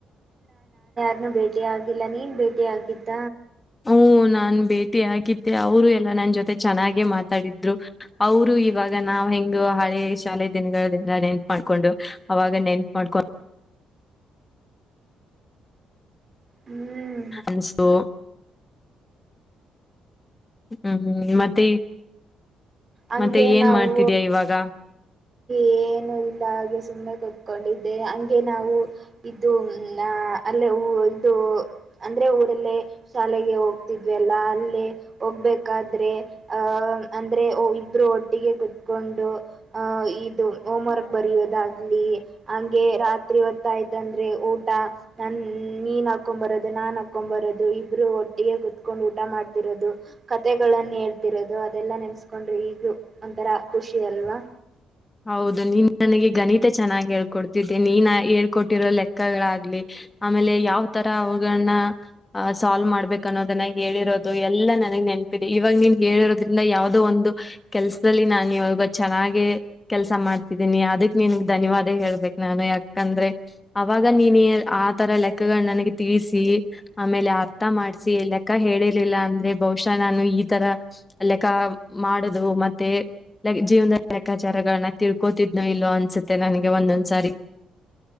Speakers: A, on the right (about 35°); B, on the left (about 20°).
A: ನನು ಭೇಟಿಯಾಗಿಲ್ಲ ನೀನ್ ಭೇಟಿಯಾಗಿದ್ದ
B: ಹ್ ನಾನ್ ಭೇಟಿಯಗಿದ್ದೆ ಅವರು ಎಲ್ಲ ನನ್ನ ಜೊತೆ ಚೆನ್ನಾಗೆ ಮಾತಾಡಿದ್ರು ಅವರು ಇವಾಗ. ಆಗ ನಾವ್ ಹೆಂಗ ಹಳೆ ಶಾಲೆ ದಿನಗಳಲ್ಲ ನೆನ್ಪು ಮಾಡ್ಕೊಂಡು ಅವಾಗ ನೆನ್ಪು ಮಾಡ್ಕೊಂಡ.
A: ಹ್ಮ್
B: ಅನ್ಸುತೂ. ಹ್ಮ್ ಮತ್ತೆ
A: ಹಂಗೆ
B: ಮತ್ತೆ ಏನ್
A: ನಾವು
B: ಮಾಡ್ತಿದಯ ಇವಾಗ.
A: ಏನು ಇಲ್ಲ ಹಾಗೆ ಸುಮ್ಮನೆ ಕತ್ಕೊಂಡಿದ್ದೆ ಹಂಗೆ ನಾವು ಇದು. ಅ ಅಲ್ಲೇ ಇದು ಅಂದ್ರೆ ಊರಲ್ಲೇ ಶಾಲೆಗೆ ಹೋಗ್ತಿದ್ವೆ ಅಲ್ಲ ಅಲ್ಲೇ. ಹೋಗ್ಬೇಕಾದ್ರೆ ಅಹ ಅಂದ್ರೆ ಇ್ರರು ಒಟ್ಟಿಗೆ ಕುೂತ್ಕೊಂಡು. ಅಹ ಇದು ಹೋಮ್ವರ್ಕ್ ಬರೆಯೋದಾಗ್ಲಿ ಹಂಗೇ ರಾತ್ರಿ ಹೊತ್ತಾಯ್ತ ಅಂದ್ರೆ ಊಟ. ನ ನೀನ್ ಹಾಕೊಂಡ್ ಬರೋದು ನಾನ್ ಹಾಕೊ್ ಬರೋದು ಇಬ್ಬರು ಒಟ್ಟಿಗೆ ಕುತ್ಕೊಂಡು ಊಟ ಮಾಡ್ತಿರೋದು. ಕತೆೆಗಳನ್ನ ಹೇಳ್ತಿರೋದು ಅದೆಲ್ಲಾ ನೆನ್ಸ್ಕೊಂಡ್ರೆ ಈಗ ಒಂಥರ ಖುಷಿ ಅಲ್ವಾ.
B: ಹೌದು ನೀನ್ ನನಗೆ ಗಣಿತ ಚೆನ್ನಾಗಿ ಹೇಳ್ಕೊಡ್ತಿದ್ದೆ ನೀನ್ ಹೇಳ್ಕೊಟ್ಟಿರೋ ಲೆಕ್ಕಗಳಾಗ್ಲಿ. ಆಮೇಲೆ ಯಾವ್ ತರ ಅವುಗಳನ್ನ ಅ ಸಾಲ್ವ್ ಮಾಡ್ಬೇಕ ಅನ್ನೋದನ್ನ ಹೇಳಿರೋದು ಎಲ್ಲಾ ನನಗೆ. ನೆನಪಿದೆ ಇವಾಗ ನೀನ್ ಹೇಳಿರೋದ್ರಿಂದ ಯಾವವು್ದೋ ಒಂದು ಕೆಲ್ಸದಲ್ಲಿ ನಾು ಇವಾಗ ಚೆನ್ನಾಗೆ. ಕೆಲ್ಸ ಮಾಡ್ತಿದ್ದೀನಿ ಅದಕ್ ನಿನ್ಗ್ ಧನ್ಯವಾದ ಹೇಳ್ಬೇಕಕ್ ನಾನು ಯಾಕಂದ್ರೆ ಅವಾಗ ನೀನೇ. ಆ ತರ ಲೆಕ್ಕಗಳನ್ನ ನನಗೆ ತೀಸಿ ಆಮೇಲೆ ಅರ್ಥ ಮಾಡ್ಸಿ ಲೆಕ್ಕ ಹೇಳಿರ್ಲಿಲ್ಲ ಅಂದ್ರೆ ಬಹಶ. ನಾನು ಈ ತರ ಲೆಕ್ಕ ಮಾಡುದು ಮತ್ತೆ ಜೀವನದಲ್ಲಿ ಲೆಕ್ಕ. ವಿಚಾರಗಳನ್ನ ತಿಳ್ಕೋತಿದ್ನೋ ಇಲ್ಲೋ ಅನ್ಸುತ್ತೆ ನನಗೆ ಒಂದೊಂದ್ಸಾರಿ.